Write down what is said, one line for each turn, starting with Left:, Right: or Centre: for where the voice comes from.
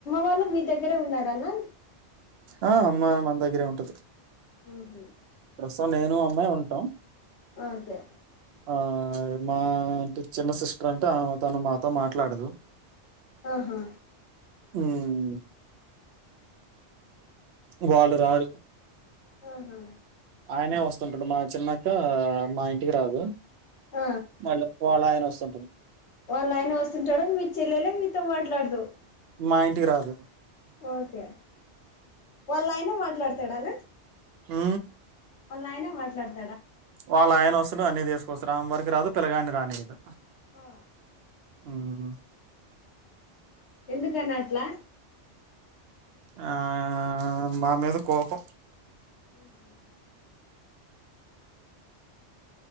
Left: వాళ్ళు మీ దగ్గరే మి అమ్మ
Right: ఆ అమ్మ మన దగ్గరే ఉంటది,
Left: ఆహ
Right: ప్రస్తుతం నేను అమ్మ మె ఉంటాం
Left: ఓకే
Right: ఆ మా ట చిన్న సిస్టర్ అంటే ఆమె తను మాతో మాట్లాడదు.
Left: ఆహా
Right: హుమ్ వాళ్ళు రారు
Left: ఆహా
Right: ఆయనే వస్తుంటాడు మా చిన్నాక్క మా ఇంటికి రాదు
Left: ఆ
Right: మళ్ళీ వాళ్ళ అయన వస్తుంటాడు,
Left: వాళ్ళయన వస్తుంటాడు మీ చెల్లే మీతో మాట్లాడదు,
Right: మా ఇంటికి రాదు
Left: ఓకే వాళ్ళాయన మాట్లాడతాడానా,
Right: ఉ
Left: వాళ్ళాయన మాట్లాడత
Right: వాళ్ళ ఆయన వస్తు ఉంటాడు అన్ని తీసుకొస్తుడు, ఆమె వరకి రాదు పిల్లగాని రాని వదు,
Left: ఆ
Right: హుమ్
Left: ఎందుకన్న అట్లా
Right: ఆ మా మీద కోపం
Left: ఆహా